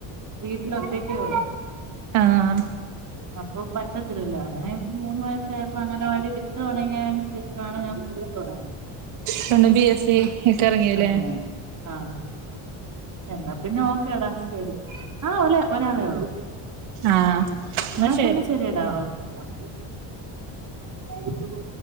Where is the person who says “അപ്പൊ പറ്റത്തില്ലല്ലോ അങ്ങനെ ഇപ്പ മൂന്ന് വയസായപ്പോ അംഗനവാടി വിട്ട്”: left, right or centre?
Right